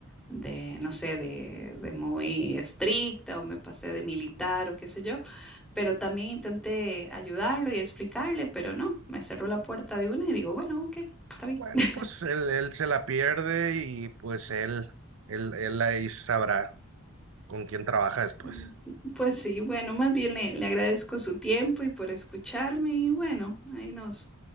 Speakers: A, in the centre; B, on the right (about 60°).
A: de, no sé, de, de muy estricta o me pasé de militar o qué sé yo. Pero también intenté ayudarlo y explicarle, pero no, me cerró la puerta de una y digo, bueno, ok, está bien.
B: Bueno,
A: <laughs>
B: pues él, él se la pierde y pues él, él, él ahí sabrá con quién trabaja después.
A: Mm, Pues sí, bueno, más bien le, le agradezco su tiempo y por escucharme y bueno, ahí nos,